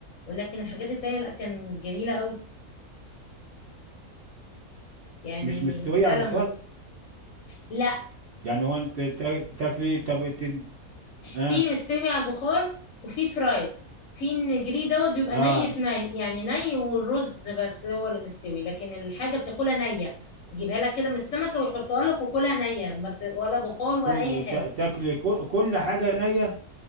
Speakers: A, on the left (about 65°); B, on the right (about 65°).
A: ولكن الحاجات التانية لا كان جميلة قوي يعني
B: مش مستويه
A: السلمون
B: على البخار
A: لا
B: يعني هو انت تا- تاكلي طب إنت- اه
A: في مستوي على البخار وفي فراي في النجري دوت بيبقى
B: اه
A: ني في ني يعني ني والرز بس هو اللي مستوي لكن الحاجة بتاكلها نية يجيبها لك كده من السمكة ويحطها لك وكلها نية ما ت- ولا بخار ولا
B: كل
A: أي حاجة
B: تا- تاكلي كل كل حاجه نيه